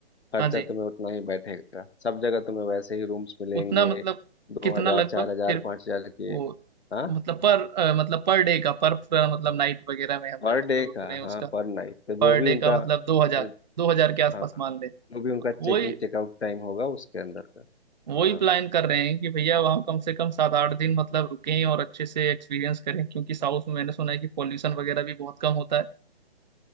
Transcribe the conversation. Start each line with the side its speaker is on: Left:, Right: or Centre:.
Left: खर्चा
Right: हाँ जी
Left: तुम्हें उतना ही बैठेगा सब जगह तुम्हें वैसे ही रूम्स मिलेंगे
Right: उतना मतलब
Left: दो
Right: कितना
Left: हजार
Right: लगभग
Left: चार हजार
Right: फिर
Left: पाँच हजार के
Right: वो
Left: हाँ
Right: मतलब पर अ, मतलब पर डे का पर पूरा मतलब नाइट वगैरह में हम
Left: पर
Right: जब मतलब
Left: डे
Right: रुक
Left: का
Right: रहे हैं
Left: हाँ
Right: उसका
Left: पर नाइट तो
Right: पर
Left: जो भी
Right: डे
Left: उनका
Right: का
Left: अ,
Right: मतलब दो हजार दो हजार के आसपास
Left: हाँ
Right: मान ले
Left: जो भी उनका चेकिंग
Right: वही
Left: चेकआउट टाइम होगा उसके अंदर का
Right: वही
Left: हाँ
Right: प्लान कर रहे हैं कि भैया वहाँ कम से कम सात आठ दिन मतलब रुकें और अच्छे से एक्सपीरियंस करें क्योंकि साउथ में मैंने सुना है कि पॉल्यूशन वगैरह भी बहुत कम होता है